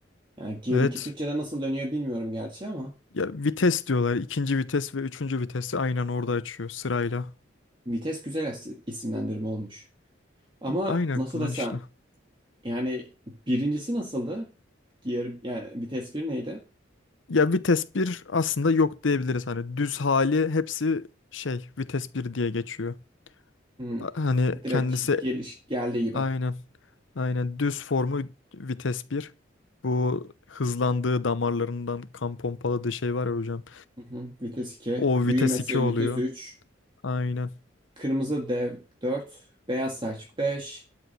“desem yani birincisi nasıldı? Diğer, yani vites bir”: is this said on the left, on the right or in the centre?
Right